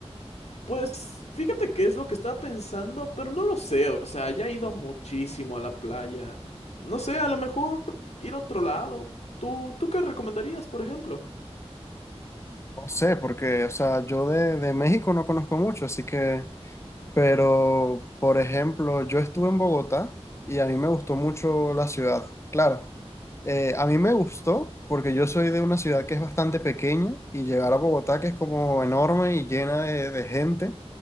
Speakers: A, on the left; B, on the left.
A: Pues fíjate que es lo que estaba pensando, pero no lo sé, o sea, ya he ido muchísimo a la playa. No sé, a lo mejor ir a otro lado. ¿Tú, tú qué recomendarías, por ejemplo?
B: No sé, porque, o sea, yo de, de México no conozco mucho, así que, pero, por ejemplo, yo estuve en Bogotá y a mí me gustó mucho la ciudad. Claro, eh, a mí me gustó porque yo soy de una ciudad que es bastante pequeña y llegar a Bogotá, que es como enorme y llena de, de gente,